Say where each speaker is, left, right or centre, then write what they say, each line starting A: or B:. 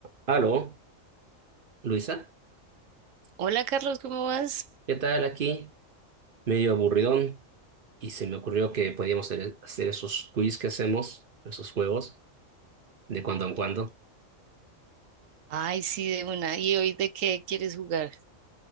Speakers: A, on the right (about 45°); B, on the right (about 80°).
A: Aló, Luisa,
B: Hola Carlos, ¿cómo vas?
A: ¿qué tal aquí? Medio aburridón y se me ocurrió que podíamos hacer, hacer esos quiz que hacemos, esos juegos, de cuando en cuando.
B: Ay, sí, de una. ¿Y hoy de qué quieres jugar?